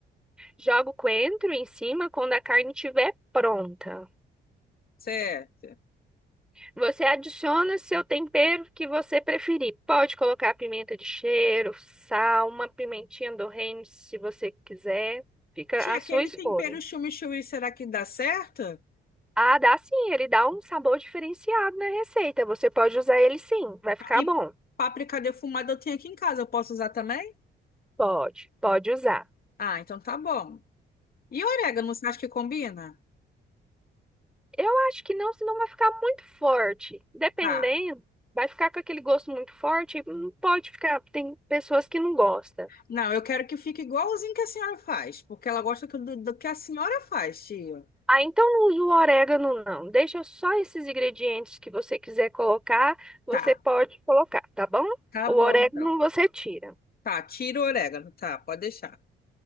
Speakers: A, in the centre; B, on the left (about 50°).
A: joga o coentro em cima quando a carne estiver pronta.
B: certo.
A: Você adiciona seu tempero que você preferir. Pode colocar pimenta de cheiro, sal, uma pimentinha do reino, se você quiser. Fica
B: Tia,
A: à
B: aquele
A: sua escolha.
B: tempero chimichurri, será que dá certo?
A: Ah, dá sim, ele dá um sabor diferenciado na receita. Você pode usar ele sim, vai ficar
B: Tá, E
A: bom.
B: páprica defumada eu tenho aqui em casa, eu posso usar também?
A: Pode, pode usar.
B: Ah, então tá bom. E orégano, você acha que combina?
A: Eu acho que não, senão vai ficar muito forte. Dependendo,
B: Tá.
A: vai ficar com aquele gosto muito forte. e Não pode ficar. Tem pessoas que não gostam.
B: Não, eu quero que fique igualzinho que a senhora faz, porque ela gosta que- do, do que a senhora faz, tia.
A: Ah, então não usa o orégano, não. Deixa só esses ingredientes que você quiser colocar, você
B: Tá,
A: pode colocar, tá bom?
B: tá
A: O
B: bom
A: orégano
B: então.
A: você tira.
B: Tá, tira o orégano, tá, pode deixar.